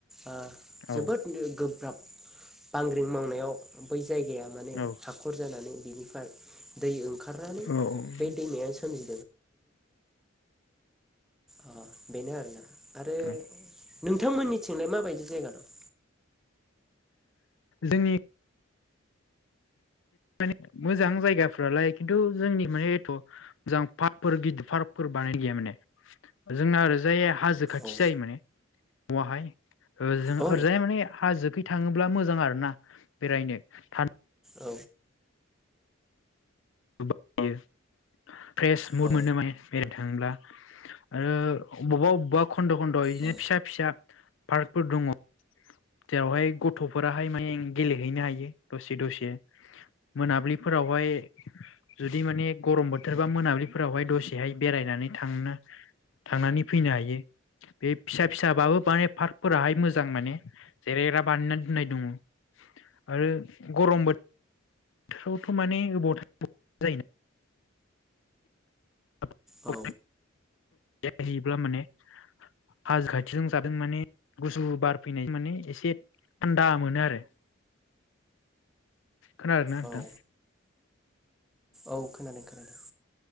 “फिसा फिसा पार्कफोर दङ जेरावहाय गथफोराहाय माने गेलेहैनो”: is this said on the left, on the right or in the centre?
Left